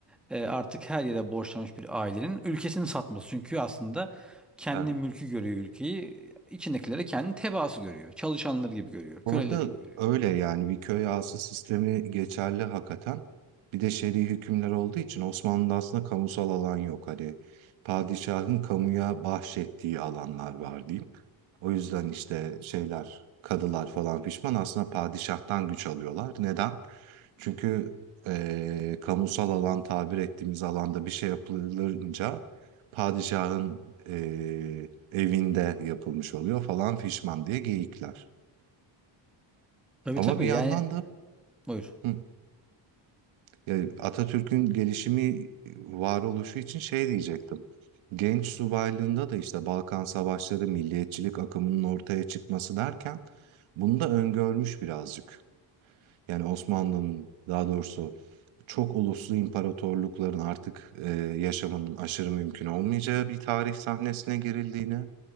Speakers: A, in the centre; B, on the right.
A: e, artık her yere borçlanmış bir ailenin ülkesini satması. Çünkü aslında kendi
B: Evet.
A: mülkü görüyor ülkeyi içindekileri kendi tebaası görüyor. Çalışanları gibi görüyor, köleleri
B: Bu arada
A: gibi görüyor.
B: öyle yani bir köy ağası sistemi geçerli hakikaten. Bir de şer'i hükümler olduğu için Osmanlı'da aslında kamusal alan yok. Hani padişahın kamuya bahşettiği alanlar var diyeyim. O yüzden işte şeyler, kadılar falan pişman aslında padişahtan güç alıyorlar. Neden? Çünkü eee, kamusal alan tabir ettiğimiz alanda bir şey yapılınca padişahın eee, evinde yapılmış oluyor falan fişman diye geyikler.
A: Tabii
B: Ama
A: tabii
B: bir yandan
A: yani
B: da
A: buyur.
B: Hıh. Ya, Atatürk'ün gelişimi, e, varoluşu için şey diyecektim. Genç subaylığında da işte Balkan Savaşları, milliyetçilik akımının ortaya çıkması derken bunu da öngörmüş birazcık. Yani Osmanlı'nın daha doğrusu çok uluslu imparatorlukların artık eee, yaşamanın aşırı mümkün olmayacağı bir tarih sahnesine girildiğini,